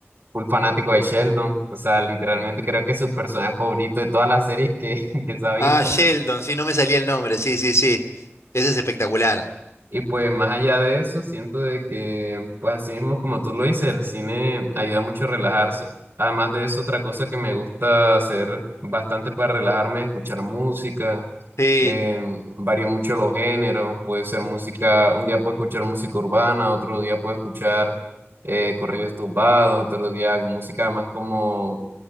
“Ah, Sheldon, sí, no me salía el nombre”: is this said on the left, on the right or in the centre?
Left